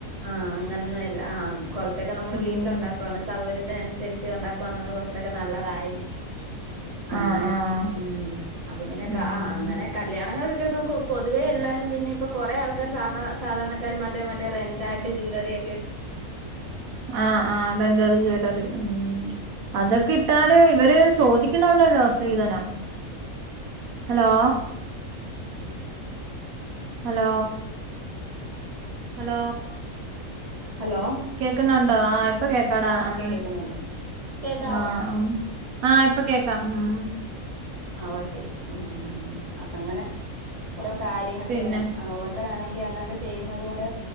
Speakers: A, on the right (about 25°); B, on the right (about 80°).
A: ആ അങ്ങനെനന്നെ ല്ല ആ കുറച്ചൊക്കെ നമ്മുടെ
B: ഉം
A: വീട്ടില ണ്ടാക്കാണ് സൗകര്യത്തിനനുസ രി ണ്ടാക്കുവാണെന്നുടെ കോർച്ചക്കെ നല്ലതായിരിക്കും അങ്ങനെ
B: ആഹ് ആഹ്
A: മ്മ് അപ്പൊ പിന്നെ
B: ഉം
A: ക അങ്ങനെ കല്യാണങ്ങള് പൊതുവെ എല്ലാരും പിന്നെ ഇപ്പൊ കൊറേ ആൾക്കാർ സാധാ സാധാരണക്കാരും മറ്റേ മറ്റേ രൻഡ് തായിട്ട് ജ്വലറിയൊക്കെ
B: ആ ആ റെന്റൽ ജ്വല്ലറി മ്മ് അതൊക്കെ ഇട്ടാല് ഇവര് ചോദിക്കുന്നുണ്ടല്ലോ സ്ത്രീധനം ഹലോ ഹലോ ഹലോ
A: ഹലോ
B: കേൾക്കന്നുണ്ടോ ആ ഇപ്പൊ കേക്കാടാ
A: ആഹ്
B: ആ
A: കേക്കുന്നുണ്ട് കേക്കാവോ
B: ആ ആ ഇപ്പ കേ മ്മ്
A: ഓ ശരി ശരി മ്മ് മ്മ് അപ്പൊ അങ്ങനെ ഓരോ കാര്യങ്ങക്കെ
B: പിന്നെ
A: ണെങ്കി അങ്ങനെയൊക്കെ ചെയ്യുന്നത് കൊണ്ട്